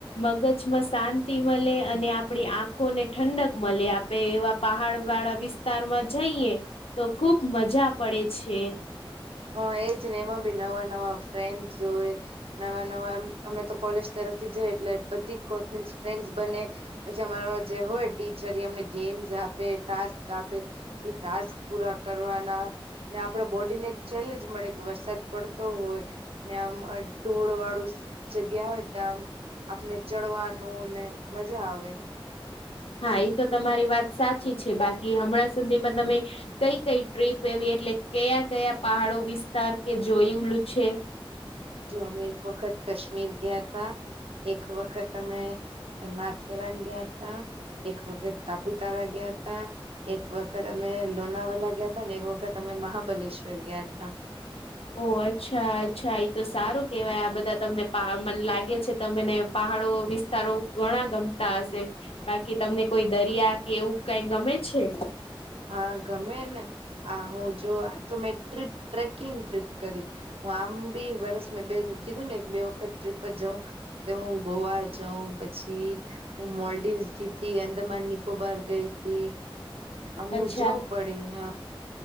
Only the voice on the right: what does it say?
હ એજ ને એમાં બી નવાં નવાં ફ્રેન્ડ્સ હોય. નવાં-નવાં આમ અમે તો કોલેજ તરફથી જઇએ એટલે બધી કો મીન્સ ફ્રેન્ડસ બને. પછી અમારો જે હોય ટીચર એ અમને ગેમ્સ આપે, ટાસ્ક આપે. એ ટાસ્ક પૂરા કરવાના ને આપણા બોડીને એક ચેલેન્જ મળે કે વરસાદ પડતો હોય ને આમ અ ઢોળવાળું જગ્યા હોય ત્યાં આમ આપને ચડવાનું ને મજા આવે.
જો અમે એક વખત કશ્મીર ગ્યાતા, એક વખત અમે માથેરાન ગયા હતાં, એક વખત સાપુતારા ગયાં હતા. એક વખત અમે લોનાવાલા ગયાં તા ને એક વખત અમે મહાબલેશ્વર ગયાં તા.
હા ગમે ને આ હું જો આ તો મેં ટ્રીપ ટ્રેકિંગ ટ્રીપ કરી. હું આમ ભી વરસ મેં બે કીધું ને એક બે વખત ટ્રીપ પર જઉં. તો હું ગોવા જઉં પછી હ મોલ્ડીવસ ગીતિ, અંદમાન નિકોબાર ગઈતી. અમું
જવું પડી હ.